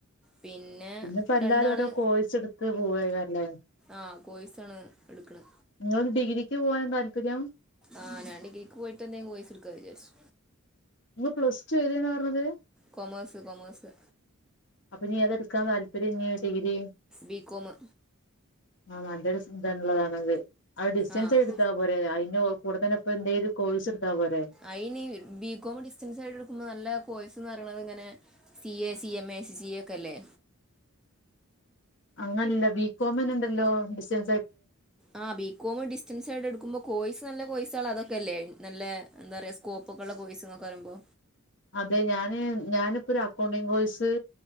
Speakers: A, in the centre; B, on the left (about 55°).
A: പിന്നെ
B: ഇന്നിപ്പോ എല്ലാരും
A: രണ്ടാള്
B: ഓരോ കോഴ്സെടുത്ത് പോവകാരല്ലേ
A: ആ കോയ്സാണ് എടുക്കന്
B: നിങ്ങൾക്ക് ഡിഗ്രിക്കു പോവാനാ താല്പര്യം
A: അഹ ഞാൻ ഡിഗ്രിക്കു പോയിട്ടെന്നെ കോഴ്സെടുക്കാ വിചാരിച്ചു
B: നിങ്ങൾ പ്ലസ് ടു ഏതനാ പറഞ്ഞത്
A: കൊമേസ് കൊമേസ്
B: അപ്പൊനീ ഏതെടുക്കാൻ താല്പര്യം ഇഞ് ഡിഗ്രി
A: ബികോമ്
B: ആഹ നല്ലൊരു ന്തുള്ളതാണത് അത് ഡിസ്റ്റൻസ്
A: ആഹ്
B: എടുത്താ പോരെ ഐന് കൂടെതന്നെ ഇപ്പന്തേലും കോഴ്സെടുത്താപോരെ
A: അയിന് ബികോം ഡിസ്റ്റൻസ് ആയിട്ട് എടുക്കുമ്പോ നല്ല കോയ്സന്ന്പറയണതിഇങ്ങനെ C A, C M A, A C C A ക്കല്ലെ
B: അങ്ങനെല്ല ബി കോം ന്നെണ്ടല്ലോ ഡിസറ്റൻ
A: അഹ ബികോം ഡിസ്റ്റൻസ് ആയിട്ട് എടുക്കുമ്പോ കോയ്സ് നല്ല കോയ്സുകളതൊക്കെയല്ലേ നല്ല എന്താറയാ സ്കോപ്പൊക്കെള്ള കോയിസ്ന്നൊക്കെ പറിമ്പോ
B: അതെ ഞാന് ഞാനിപ്പോ ഒരു അക്കൗണ്ടിങ് കോഴ്സ്